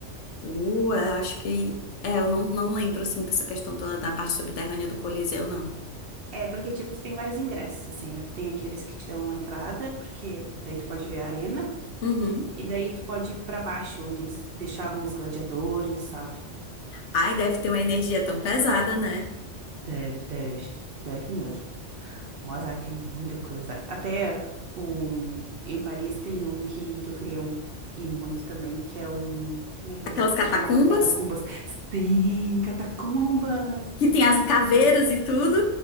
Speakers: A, on the left; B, on the right.
A: Uh, eu acho que. É, eu não, não lembro assim dessa questão da, da parte subterrânea do Coliseu, não.
B: É, porque tipo, tu tem vários ingressos assim, né? Tu tem aqueles que te dão entrada, porque daí tu pode ver a arena.
A: Uhum.
B: E daí tu pode ir pra baixo, onde eles deixavam os gladiadores, sabe?
A: Ai, deve ter uma energia tão pesada, né?
B: Deve, deve. Deve mesmo. Mas, ai, tem muita curiosidade. Até o, em Paris tem um que, que eu queria um, ir muito também, que é um. Como é que é
A: Aquelas
B: o nome?
A: catacumbas
B: Se chama Catacumbas. Sim, Catacumbas!
A: que tem as caveiras e tudo.